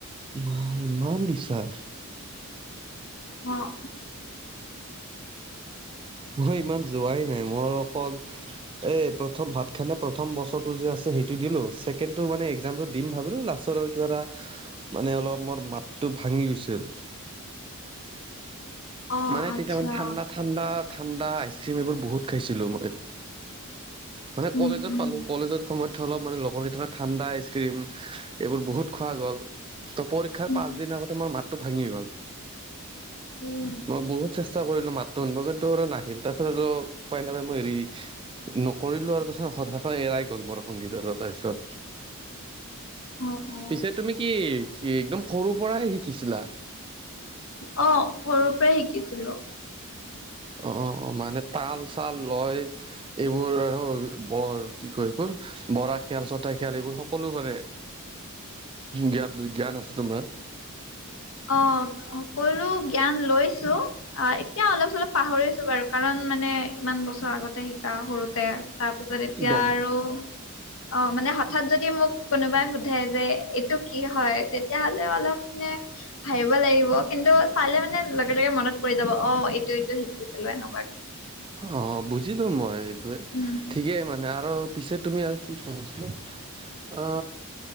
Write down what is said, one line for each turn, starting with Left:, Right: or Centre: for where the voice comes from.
Right: <unintelligible> ইমান দিছা?
Left: অ',
Right: মই ইমান যোৱাই নাই, মোৰ অকল এই প্ৰথম ভাত খান্দে প্ৰথম বছৰটো যে আছে সেইটো দিলোঁ, ছেকেণ্ডটো মানে এক্সামটো দিম ভাবিলোঁ লাষ্ট ছত কিবা এটা, মানে অলপ মোৰ মাতটো ভাঙি গৈছিল।
Left: অ
Right: মানে
Left: আচ্ছা
Right: তেতিয়া মানে ঠাণ্ডা ঠাণ্ডা ঠাণ্ডা আইচক্ৰীম এইবোৰ বহুত খাইছিলোঁ মই, মানে
Left: উম
Right: কলেজত
Left: উম
Right: পালোঁ কলেজত <unintelligible> অলপ মানে লগৰ কেইটা লগত ঠাণ্ডা আইচক্ৰীম, এইবোৰ বহুত খোৱা গ'ল। ত' পৰীক্ষাৰ
Left: উম
Right: পাঁচ দিন আগতে মোৰ মাতটো ভাঙি গ'ল।
Left: উম,
Right: মই বহুত চেষ্টা কৰিলোঁ মাতটো আনবা কাৰণে নাহিল, তাৰপিছত আৰু উপাই নাপাই মই হেৰি নকৰিলোঁ আৰু তাৰপিছত হঠাতে এৰাই গ'ল <unintelligible> তাৰপিছত
Left: অ অ
Right: পিছে তুমি কি একদম সৰু পৰাই শিকিছিলা
Left: অ' সৰুৰ পৰাই শিকিছিলো
Right: অ' অ' মানে তাল চাল লয়। এইবোৰ আৰু বৰ কি কয় এইবোৰ। বৰা শিয়াল ছটা শিয়াল এইবোৰ সকলো মানে জ্ঞান জ্ঞান আছে তোমাৰ।
Left: অ' সকলো জ্ঞান লৈছো অ' এতিয়া অলপ চলপ পাহৰিছো বাৰু। কাৰণ মানে ইমান বছৰ আগতে শিকা সৰুতে তাৰপিছত এতিয়া
Right: গম
Left: আৰু। অ' মানে হঠাৎ যদি মোক কোনোবাই সোধে যে এইটো কি হয় তেতিয়াহ'লে অলপ মানে। ভাবিব লাগিব কিন্তু চালে মানে লগে লগে মনত পৰি যাব অ' এইটো এইটো শিকিছিলো এনেকুৱাকে।
Right: অ' বুজিলো মই এইটোৱে
Left: উম
Right: ঠিকেই মানে আৰু। পিছে তুমি আৰু কি <unintelligible> আ '